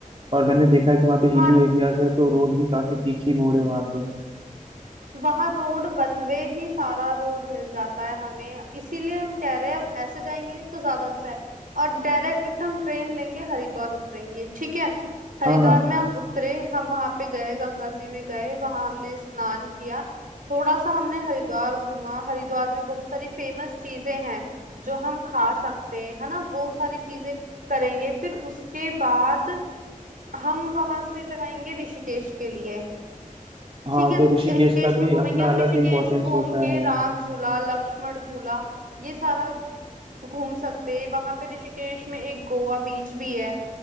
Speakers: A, on the right; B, on the right.
A: और मैंने देखा है कि वहाँ पे हिली
B: हाँ
A: एरियाज है तो रोड भी काफी तीखी मोड़ है वहाँ पे
B: वहां रोड वन वे ही सारा रोड मिल जाता है हमें इसीलिए हम कह रहे हैं अब ऐसे जाएंगे तो ज्यादा अच्छा है और डायरेक्ट हम ट्रेन लेंगे हरिद्वार उतरेंगे ठीक है हरिद्वार
A: हाँ हाँ
B: में हम उतरे हम वहां पे गए गंगा जी में गए वहां हमने स्नान किया थोड़ा सा हमने हरिद्वार घूमा हरिद्वार में बहुत सारी फेमस चीजें हैं जो हम खा सकते हैं है ना वो सारी चीजें करेंगे फिर उसके बाद हम वहां से जाएंगे ऋषिकेश के लिए
A: हाँ
B: ठीक है
A: तो ऋषिकेश
B: ऋषिकेश
A: का
B: में
A: भी
B: घूमेंगे
A: अपना
B: हम
A: अलग
B: ऋषिकेश
A: इम्पोर्टेंस
B: घूम
A: होता
B: के
A: है
B: राम झूला लक्ष्मण झूला ये सारा घूम सकते हैं वहां पे ऋषिकेश में एक गोवा बीच भी है